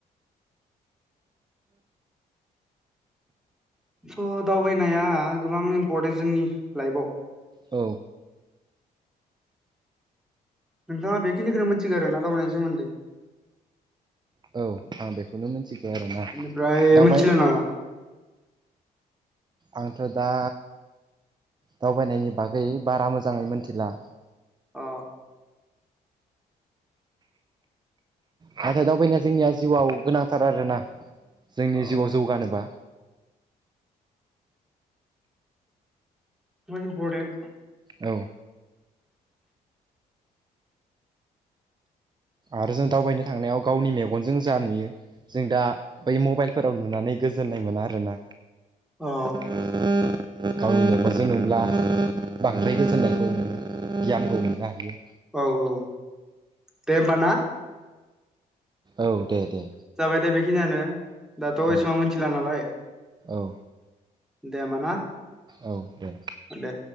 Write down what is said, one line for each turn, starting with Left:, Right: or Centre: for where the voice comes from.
Centre: स' दावबायनाया गोबां इम्परटेन्ट जोंनि लाइफआव।
Right: औ
Centre: नोंथाङा बेखिनिखौनो मोनन्थिगौ आरोना दावबायनायनि सोमोन्दै।
Right: औ आं बेखौनो मिथिगौ आरोना।
Centre: बेनिफ्राय
Right: दावबाय
Centre: मिथिला नामा
Right: आंथ' दा दावबायनायनि बागै बारा मोजाङै मिथिला।
Centre: अ।
Right: नाथाय दावबायनाया जोंनिया जिउआव गोनांथार आरोना जोंनि
Centre: औ
Right: जिउआव जौगानोबा।
Centre: इमपर्टेन्ट।
Right: औ आरो जों दावबायनो थांनायाव गावनि मेगनजों जा नुयो। जों दा बै मबाइलफोराव नुनानै गोजोननाय मोना आरोना।
Centre: औ
Right: <inaudible> गावनि मेगनजों नुब्ला बांद्राय गोजोननायखौ गियानखौ मोननो हायो।
Centre: औ औ दे होमबा ना।
Right: औ दे दे।
Centre: जाबाय दे बेखिनियानो दाथ' एसेबां
Right: औ
Centre: मोन मिथिला नालाय
Right: औ
Centre: दे होमबा ना।
Right: औ दे।
Centre: औ दे।